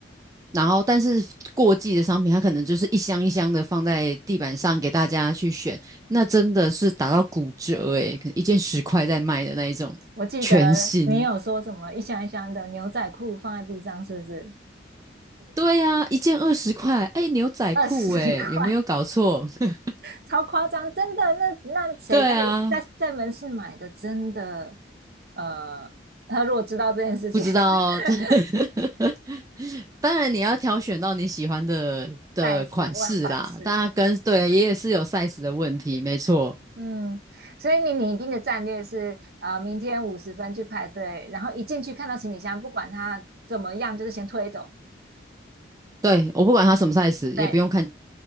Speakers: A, on the right (about 20°); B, on the right (about 55°).
A: 然后，但是过季的商品，它可能就是一箱一箱的放在地板上给大家去选，那真的是打到骨折诶、可能一件十块在卖的那一种全新。
B: 我记得你有说什么一箱一箱的牛仔裤放在地上，是不是？
A: 对啊，一件二十块，哎，牛仔裤诶、
B: 二十 <laughs> 块，
A: 有没有搞错？<laughs>
B: 超夸张，真的。那那谁在在在门市买的？
A: 对啊，
B: 真的，呃，他如果知道这件事情，
A: 不知道。
B: <laughs>
A: <laughs> 当然你要挑选到你喜欢的的款式啦，
B: 再一次问反噬。
A: 大家跟对也是有 size 的问题，没错。
B: 嗯，所以你拟定的战略是，呃，明天五十分去排队，然后一进去看到行李箱，不管它怎么样，就是先推走。
A: 对，我不管它什么 size，也不用看
B: 对，